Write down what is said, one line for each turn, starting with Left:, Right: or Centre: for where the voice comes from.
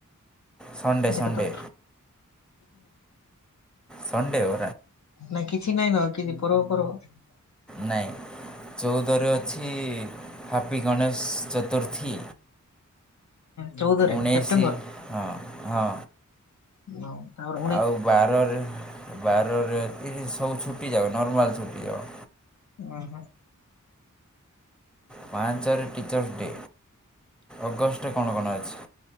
Centre: ସଣ୍ଡେ
Left: ଦେଖ
Centre: ସଣ୍ଡେ
Left: ତ
Centre: ସଣ୍ଡେ <unintelligible>
Left: ନାଇଁ କିଛି ନାଇଁ ଆଉ କିଛି ପରବ ଫରବ?
Centre: ନାଇଁ ଚଉଦରେ ଅଛି ହାପି ଗଣେଶ ଚତୁର୍ଥୀ।
Left: ଚଉଦରେ
Centre: ଉଣେଇଶି
Left: ସେପ୍ଟେମ୍ବର
Centre: ହଁ-ହଁ।
Left: <inaudible>
Centre: ଆଉ ବାରରେ-ବାରରେ ଏଠି ସବୁ ଛୁଟି ଯାଉ ନର୍ମାଲ ଛୁଟି ଯାଉ।
Left: ଓହୋ।
Centre: ମାର୍ଚ୍ଚରେ ଟିଚର୍ସ ଡେ, ଅଗଷ୍ଟରେ କଣ-କଣ ଅଛି?